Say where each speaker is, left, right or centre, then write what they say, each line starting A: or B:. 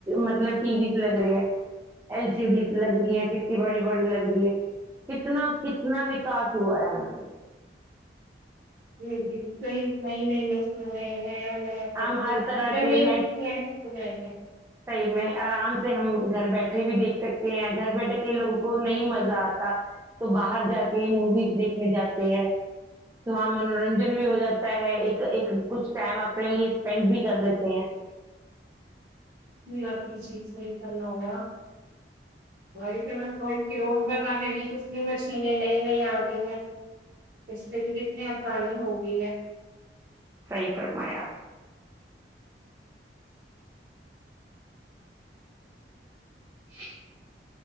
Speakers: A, on the right (about 15°); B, on the right (about 50°).
A: مطلب ٹی ویز لگ رہی ہے ایل سی ڈیز لگ رہی ہیں کتنی بڑی بڑی لگ رہی ہے کتنا کتنا وکاس ہوا ہے ہمارے
B: دس ہی مئی نہیں ن سنے <unintelligible> سب
A: ہم ہر
B: کچھ
A: طرح
B: کچن
A: کے
B: میں
A: نیٹ
B: ہی کت ہیں سن کے <unintelligible>
A: صحیح میں آرام سے ہم گھر بیٹھے بھی دیکھ سکتے ہیں گھر بیٹھے کئی لوگوں کو نہیں مزہ آتا تو باہر جا کے موویز دیکھنے جاتے ہے تو ہاں منورنجن بھی ہو جاتا ہے ایک ایک کچھ ٹائم آپ اپنے لیے اسپینڈ بھی کر لیتے ہیں
B: ج آپ کی چیز وہی کرنا ہوگا وہ پہ میں سوچ روز مرہ میں بھی کچھ بھی مچھلییں نئی نئی آ گئی ہیں اس پ بھی کتنی آسانی ہوگی ٹھیک ہے
A: صحی فرمایا <unintelligible>